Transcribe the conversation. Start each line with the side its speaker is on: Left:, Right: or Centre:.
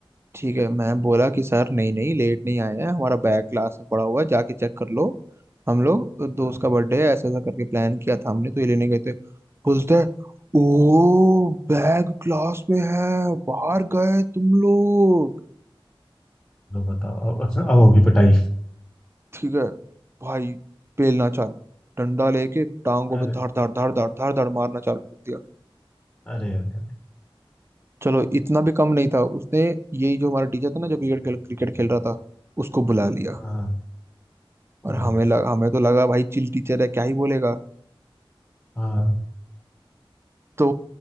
Right: ठीक है मैं बोला कि सर नहीं नहीं लेट नहीं आए हैं हमारा बैग क्लास में पड़ा हुआ है जाके चेक कर लो हम लोग दोस्त
Left: हाँ,
Right: का बर्थडे है ऐसा ऐसा करके प्लान किया था हमने तो ये लेने गए थे बोलते हैं ओ बैग क्लास में है बाहर गए तुम लोग
Left: लो बताओ अब अब होगी पिटाई
Right: ठीक है भाई बेलना चालू डंडा लेके टांगों
Left: अरे
Right: पे धाड़ धाड़ धाड़ धाड़ धाड़ धाड़ मारना चालू कर दिया
Left: अरे अरे अरे,
Right: चलो इतना भी कम नहीं था उसने यही जो हमारा टीचर था ना जो क्रिकेट खेल क्रिकेट खेल रहा था उसको बुला लिया
Left: हाँ ओ
Right: और हमें लगा हमें तो लगा भाई चिल टीचर है क्या ही बोलेगा
Left: हाँ
Right: तो